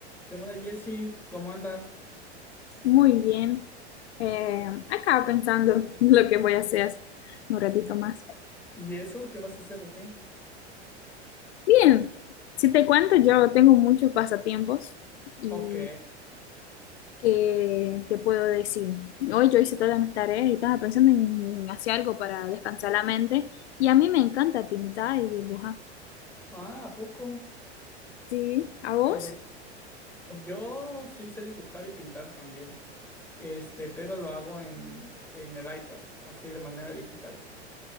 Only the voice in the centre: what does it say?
¿Qué onda, Jessy? ¿Cómo andas?
¿Y eso? ¿Qué vas a hacer? ¿Ok?
Ok.
Ah, ¿a poco?
Pero yo sí sé dibujar y pintar también. Este, pero lo hago en, en el iPad, así de manera digital.